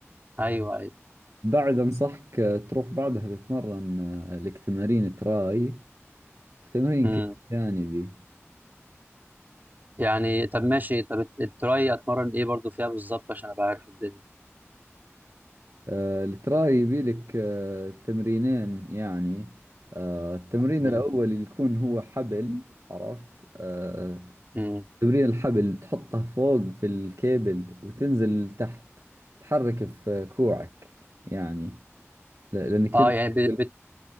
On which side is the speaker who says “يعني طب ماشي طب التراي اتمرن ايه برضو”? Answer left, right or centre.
Right